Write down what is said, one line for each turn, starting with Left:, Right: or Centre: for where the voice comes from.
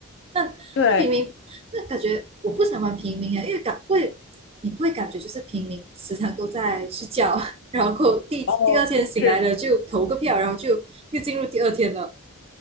Right: 那那平民，
Left: <laughs> 对，
Right: 那感觉我不想玩平民啊，因为感不会，你不会感觉就是平民时常都在睡觉，然后第第二天醒来了就投个票，
Left: 哦，是
Right: 然后就又进入第二天了，